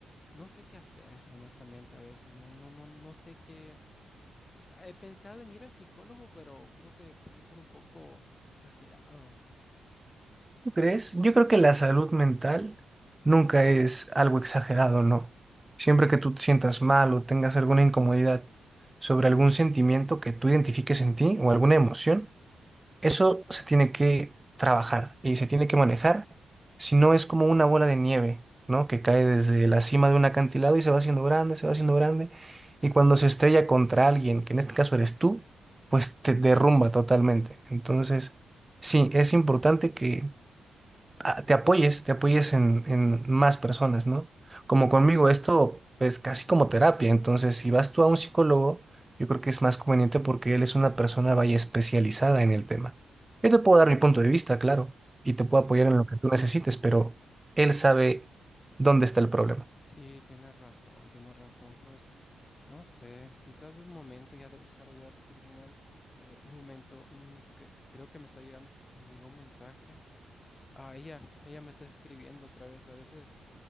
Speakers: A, on the left; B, on the right.
A: No sé qué hacer, honestamente, a veces. No, no, no, no sé qué. eh, He pensado en ir al psicólogo, pero creo que puede ser un poco exagerado.
B: ¿Tú crees? Yo creo que la salud mental nunca es algo exagerado, ¿no? Siempre que tú te sientas mal o tengas alguna incomodidad sobre algún sentimiento que tú identifiques en ti o alguna emoción, Eso se tiene que trabajar y se tiene que manejar, si no es como una bola de nieve, ¿no? Que cae desde la cima de un acantilado y se va haciendo grande, se va haciendo grande, y cuando se estrella contra alguien, que en este caso eres tú, pues te derrumba totalmente. Entonces, sí, es importante que a- te apoyes, te apoyes en, en más personas, ¿no? Como conmigo, esto es casi como terapia, entonces si vas tú a un psicólogo, yo creo que es más conveniente porque él es una persona vaya especializada en el tema. Yo te puedo
A: Sí,
B: dar mi punto de vista, claro, y
A: sí,
B: te puedo apoyar en lo que tú necesites, pero él sabe dónde está el problema.
A: sí, tienes razón, tienes razón. Pues no sé, quizás es momento ya de buscar ayuda profesional. Eh, un momento, mm, cre- creo que me está llegando, me llegó un mensaje. Ah, ella, ella me está escribiendo otra vez. A veces.